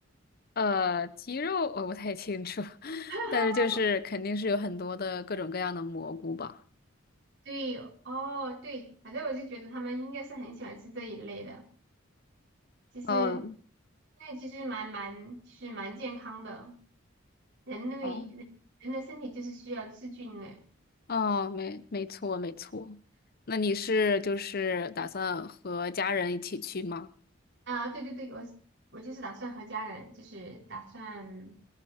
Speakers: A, on the left (about 50°); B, on the right (about 60°).
A: 呃，鸡肉我不太清楚，<laughs>
B: <laughs>
A: 但是就是肯定是有很多的各种各样的蘑菇吧。
B: 对，哦，对，反正我就觉得他们应该是很喜欢吃这一类的。其实，
A: 哦
B: 那其实蛮蛮，是蛮健康的。人类人人的身体就是需要吃菌类
A: 哦，哦，没，没错，没错。那你是就是打算和家人一起去吗？
B: 啊。对对对，我我就是打算和家人，就是打算